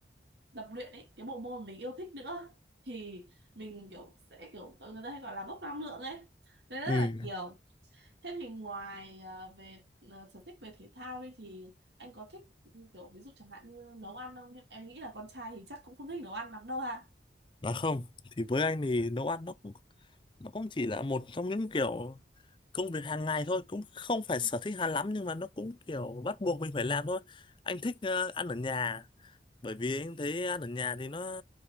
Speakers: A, on the right; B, on the left.
A: tập luyện ấy cái bộ môn mình yêu thích nữa thì mình kiểu sẽ kiểu người ta hay gọi là bốc năng lượng ấy đấy rất
B: Ừ.
A: là nhiều thế thì ngoài ờ, về ờ, sở thích về thể thao đi thì anh có thích kiểu ví dụ chẳng hạn như nấu ăn không em em nghĩ là con trai thì chắc cũng không thích nấu ăn lắm đâu ha
B: Nói không thì với anh thì nấu ăn nó cũng nó cũng chỉ là một trong những kiểu công việc hàng ngày thôi cũng không phải
A: ừ.
B: sở thích hay lắm nhưng mà nó cũng kiểu bắt buộc mình phải làm thôi anh thích ờ, ăn ở nhà bởi vì em thấy ăn ở nhà thì nó